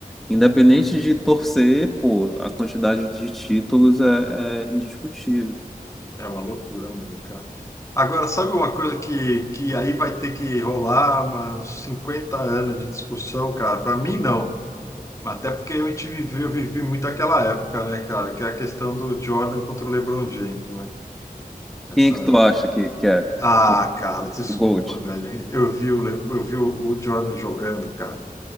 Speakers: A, in the centre; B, on the left.
A: Independente
B: Uhum.
A: de torcer, pô, a quantidade de títulos é, é indiscutível.
B: É uma loucura mesmo, cara. Agora, sabe uma coisa que, que aí vai ter que rolar uma- uns 50 anos de discussão, cara? Para mim, não. Mas Até porque eu te vivi, eu vivi muito aquela época, né, cara? Que é a questão do Jordan contra o LeBron James, né? Essa...
A: Quem é que tu acha que, que é
B: Ah,
A: o,
B: cara, desculpa,
A: o GOAT?
B: velho. Eu vi o, Le- eu vi o o Jordan jogando, cara.